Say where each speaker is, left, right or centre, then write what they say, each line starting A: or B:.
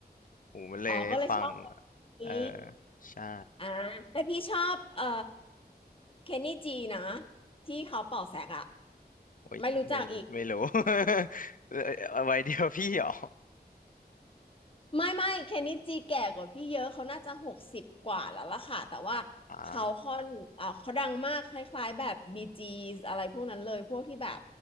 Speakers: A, on the left; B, on the left.
A: หูมันเลยฟัง
B: อ๋อก็เลยชอบแบบนี้
A: เออใช่
B: อ่าแต่พี่ชอบเอ่อเคนนี่จีนะที่เขาเป่าแซกอะ
A: โอ้ยไม่ไม่รู้
B: ไม่รู้จักอีก
A: <laughs> เออไว้เดียวพี่เหรอ
B: ไม่ไม่เคนนิจิแก่กว่าพี่เยอะเขาน่าจะหกสิบกว่าแล้วล่ะค่ะแต่ว่าเขาค่อนอ่าเขาดังมากคล้ายๆแบบบีจี
A: อ่า
B: 's อะไรพวกนั้นเลยพวกที่แบบ